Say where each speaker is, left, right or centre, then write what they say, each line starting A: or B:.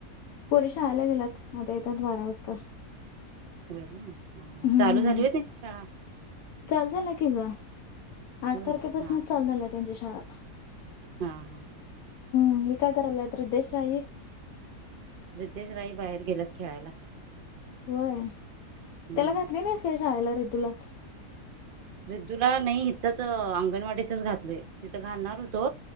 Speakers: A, on the left; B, on the right.
A: पोरी शाळेला गेलात आता येतात बारा वाजता.
B: होय ना, हा
A: हम्म
B: चालू झाली होय त्यांची शाळा
A: चालू झाल्या की ग आठ
B: होय
A: तारखेपासूनच
B: हा
A: चालू झाला त्यांची शाळा
B: हा हा
A: आणि काय करायल्यात रिद्धेश राई
B: रीद्धेश राई बाहेर गेलात खेळायला.
A: होय
B: हम्म
A: त्याला घातली नाहीस नाय का शाळेला तुला
B: रिद्दूला नाही इच अंगन अंगणवाडीतच घातलोय. तिथे घालणार होतो.